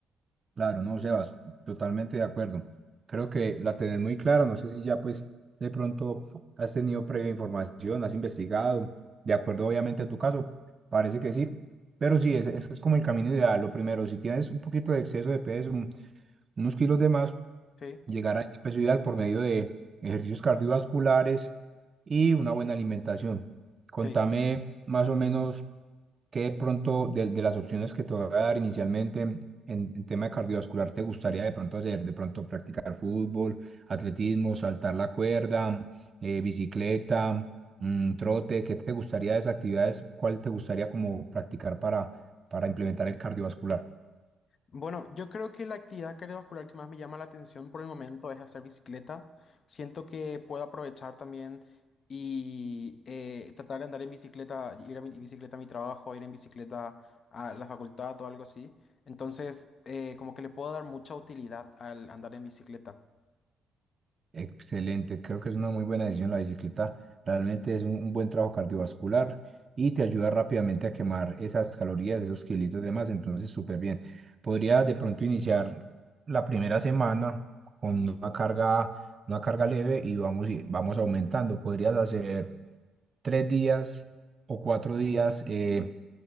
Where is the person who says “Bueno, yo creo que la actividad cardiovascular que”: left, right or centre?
Left